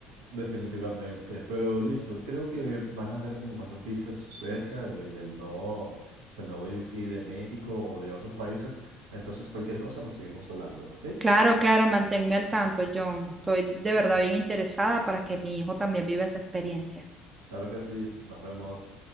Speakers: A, on the right (about 85°); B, on the right (about 30°).
A: Definitivamente. Pero listo, creo que van a haber como más noticias cerca de- del nuevo, del nuevo EDC de México o de otros países. Entonces, cualquier cosa nos seguimos hablando, ¿ok?
B: Claro, claro, manténme al tanto, John. Estoy de verdad bien interesada para que mi hijo también viva esa experiencia.
A: Claro que sí. Nos vemos.